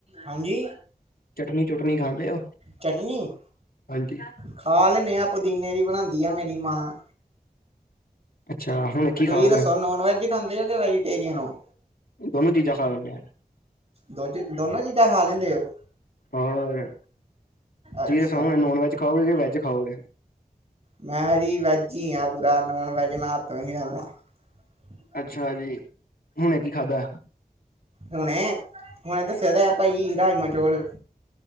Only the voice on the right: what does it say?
ਹਾਂਜੀ,
ਚਟਨੀ?
ਖਾ ਲੈਦੇ ਆ, ਪੁਦੀਨੇ ਦੀ ਬਣਾਉਂਦੀ ਆ ਮੇਰੀ ਮਾਂ।
ਤੁਸੀਂ
ਦੱਸੋ ਨੋਨ ਵੈਜ ਖਾਂਦੇ ਹੋਗੇ, ਕੇ ਵੈਜੀਟੇਰੀਅਨ ਹੋ?
ਦੋ 'ਚ, ਦੋਨੋ ਚੀਜ਼ਾਂ ਖਾ ਲੈਂਦੇ ਉਹ‌?
ਅੱਛਾ
ਮੈਂ ਜੀ ਵੈਜ ਹੀ ਆ ਪੁਰਾ, ਨੋਨ ਵੈਜ ਮੈਂ ਹੱਥੋਂ ਵੀ ਨਹੀ ਲਾਂਦਾ। <inaudible>
ਹੁਣੇ, ਹੁਣੇ ਦੱਸਿਆ ਤੇ ਹੈ ਭਾਈ ਰਾਜਮਾਂ ਚੌਲ।